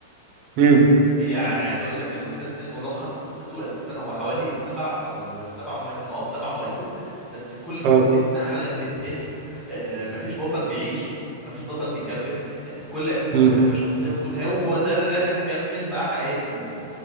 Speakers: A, on the right; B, in the centre.
A: امم
B: يعني عايز اقول لك المسلسل ملخص قصته اساسا هو حوالي سبع او سبع مواسم اه سبع مواسم بس كل
A: اه
B: موسم احلى من التاني آه مفيش بطل بيعيش مفيش بطل بيكمل انت كل اساسا
A: امم
B: بتحب شخصية وتقول هو ده اللي انا مكمل مع حياتي